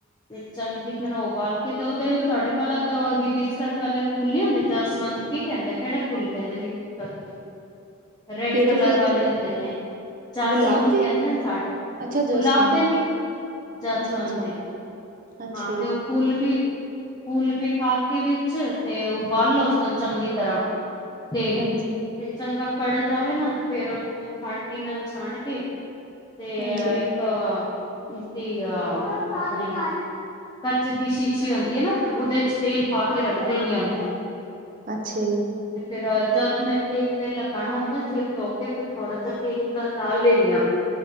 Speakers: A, on the left (about 20°); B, on the right (about 35°).
A: ਤੇ ਚੰਗੀ ਤਰ੍ਹਾਂ
B: ਮੈਂ
A: ਉਬਾਲ ਕੀਤੇ ਓਦੇ ਵਿੱਚ ਤਾਡੇ ਭਲ ਕਰ ਬਿਸਕਤ ਵਾਲੇ ਫੁੱਲ ਨੀ ਹੁੰਦੇ ਜਸਵੰਤ ਕੀ ਕੈਂਦੇ ਕੇੜੇ ਫੁੱਲ ਕੈਂਦੇ ਹੀ? <unintelligible> ਰੈਡ
B: ਕਿਹੜੇ
A: ਕਲਰ
B: ਫੁੱਲ
A: ਵਾਲੇ
B: ਚ
A: ਹੁੰਦੇ ਨੇ ਚਾਸਵਨ
B: ਗੁਲਾਬ ਦੇ
A: ਕੈਂਦੇ ਨੇ ਸਾ
B: ਅੱਛਾ
A: ਗੁਲਾਬ
B: ਜਸਵੰਤ
A: ਦੇ ਨੀ ਜਾਸਵਨ
B: ਅੱਛਾ, ਅੱਛਾ।
A: ਦੇ
B: ਅੱਛਾ
A: ਹਾਂ ਤੇ ਓ
B: ਜੀ,
A: ਫੁੱਲ ਵੀ ਫੁੱਲ ਵੀ ਪਾ ਕੇ ਵਿੱਚ ਤੇ ਉਬਾਲੋ ਉਸਨੂੰ ਚੰਗੀ ਤਰ੍ਹਾਂ। ਤੇਲ
B: ਹਾਂਜੀ,
A: ਤੇ ਚੰਗਾ ਕੜ ਜਾਵੇ ਨਾ ਤੇ ਫੇਰ ਓਨੂੰ ਛਾਣਨੀ ਨਾਲ ਛਾਣ ਕੇ ਤੇ
B: ਹਾਂਜੀ,
A: ਅ ਇਸੀ ਅ ਆਪਣੇ ਕੱਚ ਦੀ ਸ਼ੀਸ਼ੀ ਹੁੰਦੀ ਐ ਨਾ ਉਦੇ ਚ ਤੇਲ ਪਾ ਕੇ ਰੱਖਦੇ ਨੀ ਆ ਮੈ।
B: ਅੱਛੇ ਜੀ।
A: ਤੇ ਫੇਰ ਜਦ ਮੈਂ ਤੇਲ ਵੇਲ ਲਗਾਣਾ ਹੁੰਦਾ ਸਿਰ ਧੋ ਕੇ ਫਿਰ ਥੋੜਾ ਜਾ ਤੇਲ ਲਾ ਲੇਨੀ ਆ।